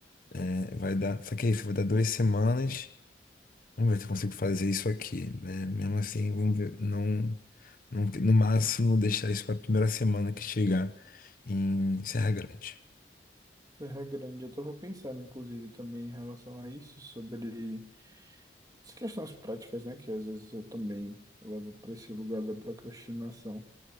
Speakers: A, on the left; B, on the right.
A: é, vai dar, só que é isso, vai dar duas semanas Vamos ver se eu consigo fazer isso aqui, né? Mesmo assim, vamos ver, não, não, no máximo deixar isso para a primeira semana que chegar em Serra Grande.
B: Serra Grande, eu tava pensando, inclusive, também em relação a isso, sobre as questões práticas, né? Que às vezes eu também levo para esse lugar da procrastinação.